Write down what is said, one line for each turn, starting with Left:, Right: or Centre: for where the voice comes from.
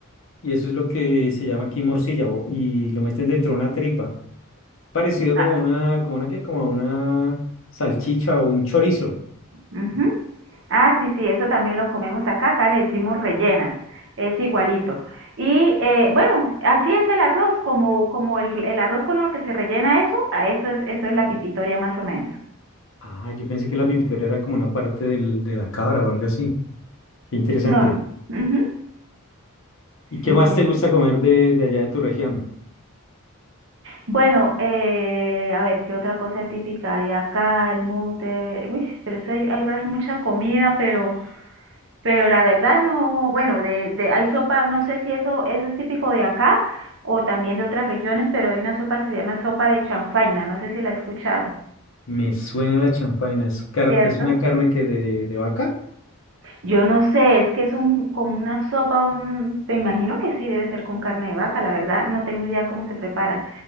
Left: Y eso es lo que se llama aquí morcilla, o- y lo meten dentro de una tripa. Parecido como
Right: Ah,
Left: una, como una qué, como una salchicha o un chorizo.
Right: ujú. Ah, sí, sí, eso también lo comemos acá, acá le decimos rellenas, es igualito. Y eh, bueno, así es el arroz, como, como el, el arroz con lo que se rellena eso, a eso es, eso es la pipitoria más o menos.
Left: Ah, yo pensé que la pipitoria era como una parte del- de la cabra o algo así. Qué interesante.
Right: No, ujú,
Left: ¿Y qué
Right: Sí,
Left: más
Right: sí,
Left: te gusta
Right: sí.
Left: comer de, de allá de tu región?
Right: Bueno, eh, a ver, ¿qué otra cosa típica hay acá? El mute, uy, pero eso hay, hay bas- mucha comida, pero Pero la verdad no, bueno, de, de, hay sopa, no sé si eso, eso es típico de acá o también de otras regiones, pero hay una sopa que se llama sopa de chanfaina, no sé si la he escuchado,
Left: Me suena la champaina. ¿Es, car-
Right: ¿cierto?
Left: es una carne que de, de vaca?
Right: Yo no sé, es que es un, como una sopa, un, me imagino que sí, debe ser con carne de vaca, la verdad, no tengo idea cómo se prepara.